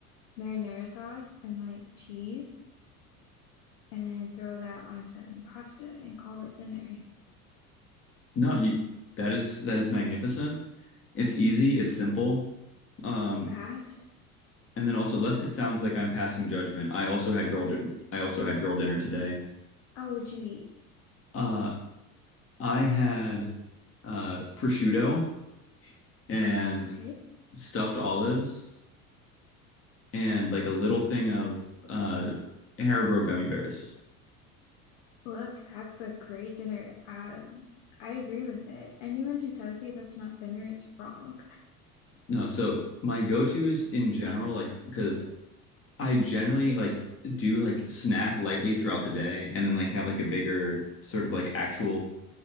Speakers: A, on the left; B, on the left.
A: marinara sauce and like cheese, and then throw that on some pasta and call it dinner.
B: No, you that is that is magnificent. It's easy, it's simple. Um,
A: It's fast.
B: and then also lest it sounds like I'm passing judgment. I also had girl din I also had girl dinner today.
A: Oh, would you eat?
B: Uh, I had uh prosciutto and
A: Okay.
B: stuffed olives and like a little thing of uh Haribo gummy bears.
A: Look, that's a great dinner. Um, I agree with it. Anyone who tells you that's not dinner is wrong.
B: No, so my go-tos in general, like because I generally like do like snack lightly throughout the day and then like have like a bigger sort of like actual